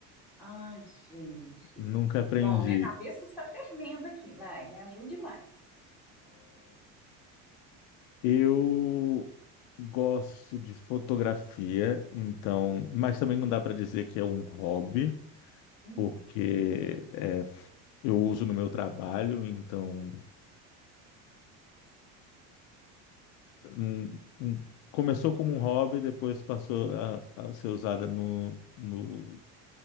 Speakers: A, in the centre; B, on the left (about 60°).
A: Ai, gente.
B: Nunca aprendi.
A: Bom, minha cabeça está fervendo aqui, vai, me ajude mais.
B: Eu gosto de fotografia, então, mas também não dá para dizer que é um hobby.
A: Hum.
B: porque é, eu uso no meu trabalho, então um- um- começou como um hobby, depois passou a, a ser usada no, no,